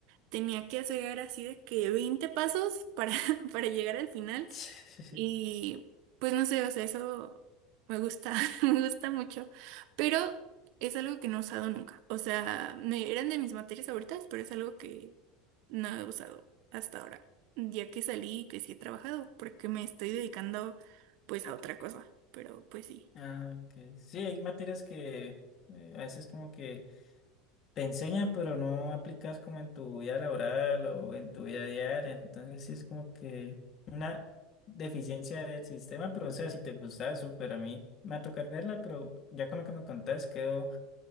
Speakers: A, on the right; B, on the left.
A: tenía que hacer así de que 20 pasos para, <laughs> para llegar al final.
B: <laughs>
A: Y pues no sé, o sea, eso me gusta, <laughs> me gusta mucho, pero es algo que no he usado nunca. O sea, me- eran de mis materias favoritas, pero es algo que no he usado hasta ahora, ya que salí y que sí he trabajado, porque me estoy dedicando pues a otra cosa, pero pues sí.
B: Ah, ok. Sí, hay materias que eh, a veces como que... Te enseñan, pero no aplicas como en tu vida laboral o en tu vida diaria. Entonces sí es como que una deficiencia del sistema, pero o sea, si te gustaba, súper. A mí me va a tocar verla, pero ya con lo que me contás quedo,